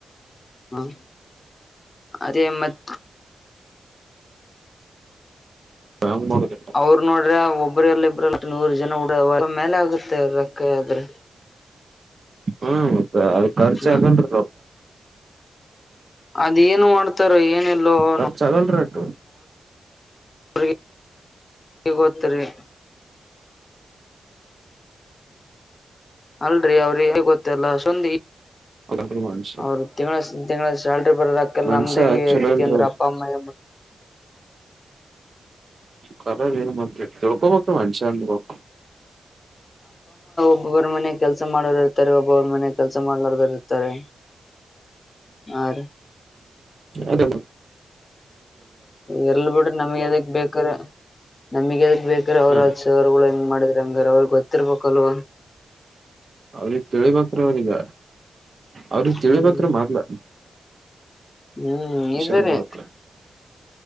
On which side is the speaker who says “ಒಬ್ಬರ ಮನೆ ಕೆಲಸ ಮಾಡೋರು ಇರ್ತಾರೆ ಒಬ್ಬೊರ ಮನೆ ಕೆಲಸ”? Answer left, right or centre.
Left